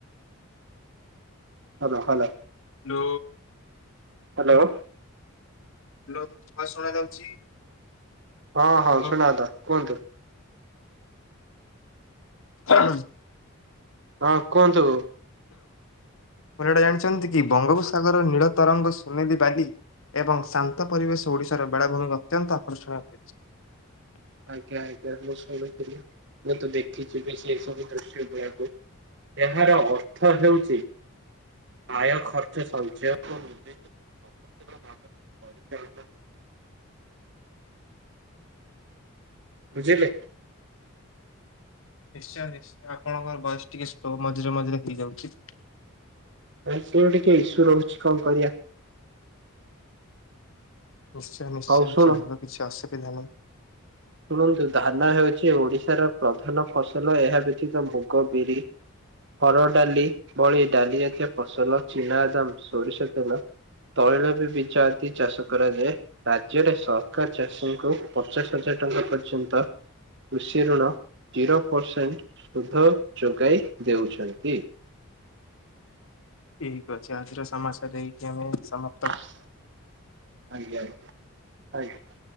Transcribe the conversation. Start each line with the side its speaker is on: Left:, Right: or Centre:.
Right: Hello hello.
Left: Hello.
Right: Hello.
Left: Hello ହ ଶୁଣା ଯାଉଛି।
Right: ହଁ ହଁ
Left: ହ୍ୟାଲୋ।
Right: ଶୁଣା ଗଲା କୁହନ୍ତୁ।
Left: ହଁ
Right: ହଁ କୁହନ୍ତୁ।
Left: କଥା ଜାଣିଛନ୍ତି କି ବଙ୍ଗୋପସାଗର ନୀଳ ତରଙ୍ଗ ସୁନେଲି ବାଲି। ଏବଂ ଶାନ୍ତ ପରିବେଶ ଓଡିଶାର ବେଳାଭୂମି ଅତ୍ୟନ୍ତ ଆକର୍ଷଣୀୟ ହୋଇଛି।
Right: ଆଜ୍ଞା ଆଜ୍ଞା ମୁଁ ଶୁଣୁଥିଲି ମୁଁ ତ ଦେଖିଛି ବି ସେଇ ସବୁ ଦୃଶ୍ୟ ଦେହକୁ ଏହାର ଅର୍ଥ ହେଉଛି। ଆୟ ଖର୍ଚ୍ଚ ସଞ୍ଚୟ ନିଦ୍ଦେଶ ଭାବରେ ପରିଚଳିତ ବୁଝିଲେ?
Left: ନିଶ୍ଚୟ ନିଶ୍ଚୟ ଆପଣଙ୍କର ଭୟସ ଟିକେ ସ୍ଲୋ ମଝିରେ ମଝିରେ ହେଇଯାଉଛି।
Right: <unintelligible> ର ଟିକେ ଇସ୍ୟୁ ରହୁଛି କଣ କରିବା।
Left: ନିଶ୍ଚୟ ନିଶ୍ଚୟ
Right: ହଉ ଶୁଣ
Left: ଚଳିବ କିଛି ଅସୁବିଧା ନାହିଁ।
Right: ଶୁଣନ୍ତୁ ଧାନ ହେଉଛି ଓଡିଶାର ପ୍ରଧାନ ଫସଲ ଏହା ବ୍ୟତୀତ ମୁଗ, ବିରି ହର ଡାଲି ଭଳି ଡାଲି ଜାତୀୟ ଫସଲ ଚିନାଦାମ, ସୋରିଷ ତେଲ ତୈଳ ବି ବିଜ ଆଦି ଚାଷ କରାଯାଏ। ରାଜ୍ୟରେ ସରକାର ଚାଷୀଙ୍କୁ ପଚାଶ ହଜାର ଟଙ୍କା ପର୍ଯ୍ୟନ୍ତ କୃଷି ଋଣ ଜିରୋ ପରସେଣ୍ଟ ସୁଧ ଯୋଗାଇ ଦେଉଛନ୍ତି।
Left: ଠିକ ଅଛି ଆଜିର ସମସ୍ୟା ଦେଇକି ଆମେ ସମ
Right: ଆଜ୍ଞା ଆଜ୍ଞା ଆଜ୍ଞା।